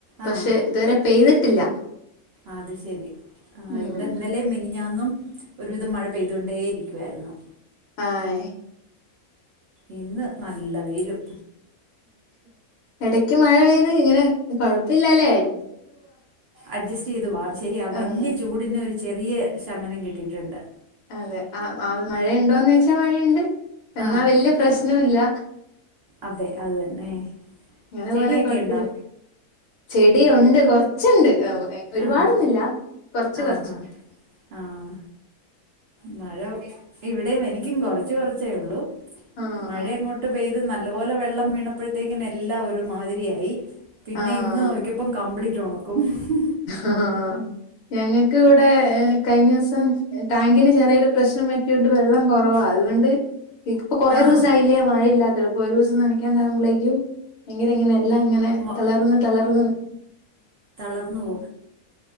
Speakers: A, on the right; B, on the left.
A: ആഹ്
B: പക്ഷെ ഇതുവരെ പെയ്തിട്ടില്ല
A: അത് ശെരി ആ
B: ഉം
A: ഇവിടെ ഇന്നലേ മിനിഞാ ഇന്നും ഒരുവിധം മഴ പെയ്തോണ്ടേ ഇരിക്കുവായിരുന്നു
B: ആഹ
A: ഇന്ന് നല്ല വെയിലും
B: ആ ഇടക്ക് മഴ പെയ്ത് ഇങ്ങനെ കൊഴപ്പില്ലലേ
A: അഡ്ജസ്റ്റ് ചെയ്ത് വാ ശരിയാ വല്ല്യ
B: ആഹ്
A: ചൂടിന് ഒരു ചെറിയ ശമനം കിട്ടിയിട്ടുണ്ട്
B: അതെ ആ് മഴയുണ്ടോന്ന് വെച്ചാ മഴയുണ്ട് എന്നാ
A: ആഹ്
B: വല്യ പ്രശ്നോല്ല
A: അതെ അതു തന്നെ.
B: അങ്ങനെ
A: ചെടിയൊക്കെ
B: പോണെ കൊഴപ്പില്ല
A: ഉണ്ടോ
B: ചെടിയുണ്ട് കൊറച്ചുണ്ട് ഒരുപാടൊന്നില്ല
A: ആഹ്
B: കൊറച്ച്
A: ആഹാ
B: കുറച്ച്
A: ആഹ് മഴ ഇവിടെയും എനിക്കും കൊറച്ച് കൊറച്ചേ ഉള്ളൂ
B: ആഹ്
A: മഴ അങ്ങോട്ട് പെയ നല്ല പോലെ വെള്ളം വീണപ്പോയ്ത്തേക്കിന് എല്ലാം ഒരു മാതിരിയായി പിന്നെ
B: ആഹ്
A: ഇന്ന് നോക്കപ്പം കംപ്ലീറ്റ് ഉണക്കും. ഹും
B: ആഹ ഞങ്ങൾക്ക് ഇവിടെ കഴിഞ്ഞ ദിവസം ടാങ്കിന് ചെറിയൊരു പ്രശ്നം പറ്റിയോണ്ട് വെള്ളം കുറവാ അതുകൊണ്ട് ഇപ്പൊ കൊറേ
A: ആഹ്
B: ദിവസയില്ലേ മഴയില്ലാത്തത്പ്പൊ ഒരു ദിവസം നനക്കാണ്ടകുമ്പോഴേക്കും ഭയങ്കര ഇങ്ങനെ എല്ലാം ഇങ്ങനെ
A: വ
B: തളർന്നു തളർന്നു നി
A: ഓ